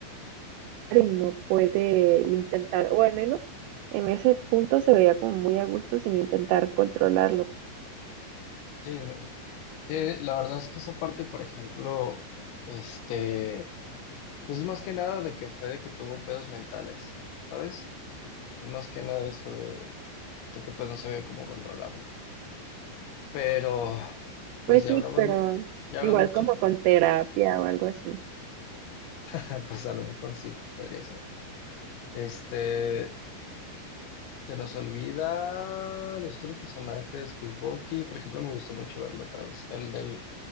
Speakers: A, on the right; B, on the left.
A: y no puede intentar, o al menos en ese punto se veía como muy a gusto sin intentar controlarlo
B: Sí, no- sí, la verdad es que esa parte, por ejemplo, este, pues más que nada de que fue de que tuvo pedos mentales, ¿sabes? Pues más que nada eso de, de que pues no sabía cómo controlarlo. Pero, pues
A: Pues
B: ya
A: sí,
B: hablamos,
A: pero
B: mu- ya hablas
A: igual
B: mucho.
A: como con terapia o algo así.
B: <laughs> Pues a lo mejor sí, podría ser. Este, se nos olvida los otros personajes, pues Bucky, por ejemplo, me gustó mucho verlo otra vez, el del,